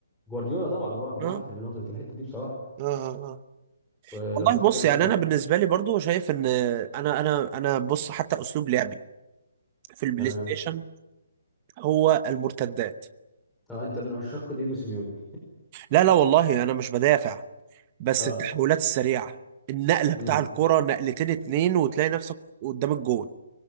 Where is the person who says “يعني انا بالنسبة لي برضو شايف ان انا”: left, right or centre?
Right